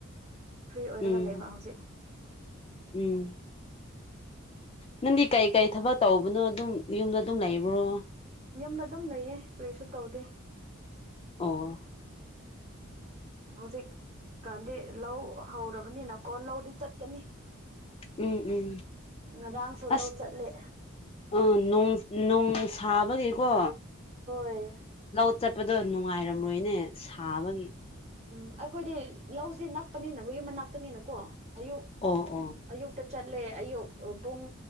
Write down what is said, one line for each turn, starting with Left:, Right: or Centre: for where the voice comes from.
Right: ꯐ꯭ꯔꯤ ꯑꯣꯏꯔꯒ
Left: ꯎꯝ
Right: ꯂꯩꯕ ꯍꯧꯖꯤꯛ
Left: ꯎꯝ ꯅꯪꯗꯤ ꯀꯩ ꯀꯩ ꯊꯕꯛ ꯇꯧꯕꯅꯣ ꯑꯗꯨꯝ ꯌꯨꯝꯗ ꯑꯗꯨꯝ ꯂꯩꯕ꯭ꯔꯣ
Right: ꯌꯨꯝꯗ ꯑꯗꯨꯝ ꯂꯩꯌꯦ ꯀꯩꯁꯨ ꯇꯧꯗꯦ
Left: ꯑꯣ
Right: ꯍꯧꯖꯤꯛꯀꯥꯟꯗꯤ ꯂꯧ ꯍꯧꯔꯕꯅꯤꯅꯀꯣ ꯂꯧꯗꯤ ꯆꯠꯀꯅꯤ
Left: ꯎꯝ ꯎꯝ
Right: ꯉꯔꯥꯡꯁꯨ
Left: ꯑꯁ
Right: ꯂꯧ ꯆꯠꯂꯦ
Left: ꯑꯣꯡ ꯅꯣꯡ ꯁꯥꯕꯒꯦ ꯀꯣ
Right: ꯍꯣꯏ
Left: ꯂꯧ ꯆꯠꯄꯗꯣ ꯅꯨꯡꯉꯥꯏꯔꯝꯔꯣꯏꯅꯦ ꯁꯥꯕꯒꯤ
Right: ꯎꯝ ꯑꯩꯈꯣꯏꯗꯤ ꯂꯧꯁꯤ ꯅꯛꯄꯅꯤꯅꯕꯨ ꯌꯨꯝꯕ ꯅꯄꯅꯤꯅꯀꯣ ꯑꯌꯨꯛ
Left: ꯑꯣ ꯑꯣ
Right: ꯑꯌꯨꯛꯇ ꯆꯠꯂꯦ ꯑꯌꯨꯛ ꯄꯨꯡ